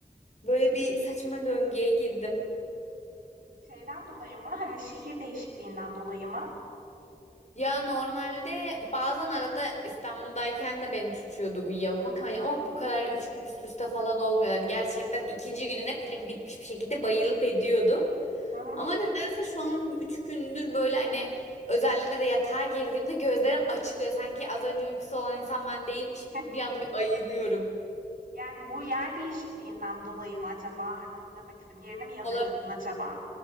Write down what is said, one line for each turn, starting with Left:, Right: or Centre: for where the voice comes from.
Left: Böyle bir saçma döngüye girdim.
Right: Şeyden dolayı mı? Hani şehir değişikliğinden dolayı mı?
Left: Ya normalde bazen arada İstanbul'dayken de beni tutuyordu uyuyamamak. Hani ama bu kadar yani üç gün üst üste falan olmuyor. Yani gerçekten ikinci gününe pilim bitmiş bir şekilde bayılıp ediyordum.
Right: Hı hı.
Left: Ama nedense şu an 3 gündür böyle hani özellikle de yatağa girdiğimde gözlerim açılıyor. Sanki az önce uykusu olan insan ben değilmişim
Right: <laughs>
Left: gibi bir anda bir ayılıyorum.
Right: Yani bu yer değişikliğinden dolayı mı acaba? Hani onu demek istedim. Yerini mi yadırgadın
Left: Ola-
Right: acaba?